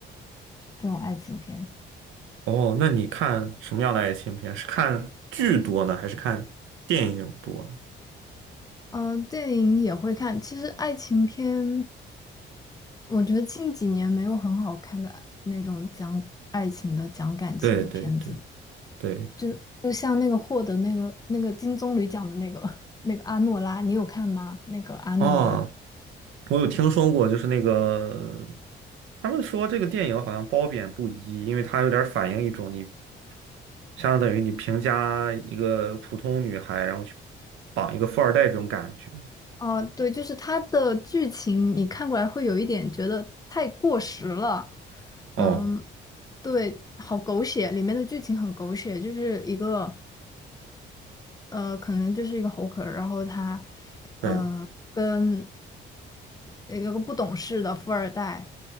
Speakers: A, on the left (about 20°); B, on the right (about 85°).
A: 这种爱情片？
B: 哦，那你看什么样的爱情片？是看剧多呢，还是看电影多呢
A: 嗯，电影也会看。其实爱情片，我觉得近几年没有很好看的那种讲爱情的、讲感情的片子。
B: 对对对对，
A: 就就像那个获得那个那个金棕榈奖的那个 <laughs> 那个阿诺拉，你有看吗？那个阿诺拉。
B: 哦，我有听说过，就是那个。他们说这个电影好像褒贬不一，因为它有点反映一种你相当于你评价一个普通女孩，然后去绑一个富二代这种感觉。
A: 哦、对，就是它的剧情，你看过来会有一点觉得太过时了。
B: 哦，
A: 嗯，对，好狗血，里面的剧情很狗血，就是一个。呃，可能就是一个猴壳儿，然后他，
B: 对，
A: 呃，跟呃有个不懂事的富二代